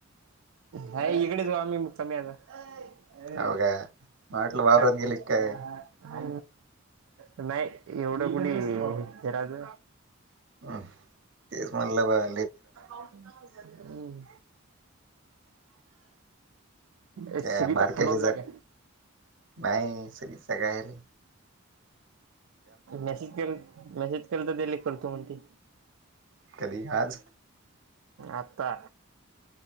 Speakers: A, on the right (about 75°); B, on the right (about 60°).
A: हा इकडेच व आम्ही मुक्कामी आता अ
B: हाव का मला वाटलं वावरात
A: च ह
B: गेले काय
A: हा नाही एवढं कुणी हे राज
B: हम तेच म्हणलं बा अ
A: हम् ए
B: त्या
A: श्रीता
B: बारक्याले
A: फुलल
B: जरा
A: दगे
B: नाही शचागायल....
A: मेसेज केल मेसेज केल तर दिले करतो म्हणते.....
B: कधी आज
A: आता....